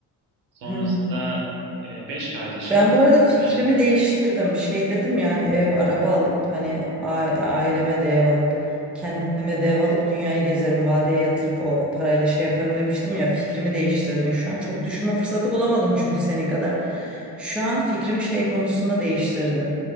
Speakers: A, on the right (about 70°); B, in the centre.
A: Sonrasında
B: Hı.
A: e, 5 kardeşim.
B: Ben bu arada fikrimi
A: Yani
B: değiştirdim. Şey dedim yani ev araba alıp hani a- aileme de ev alıp kendime de ev alıp dünyayı gezerim vadeye yatırıp o parayla şey yaparım demiştim
A: hı,
B: ya fikrimi değiştirdin şu an. Çok düşünme fırsatı bulamadım çünkü senin kadar. Şu an fikrimi şey konusunda değiştirdin.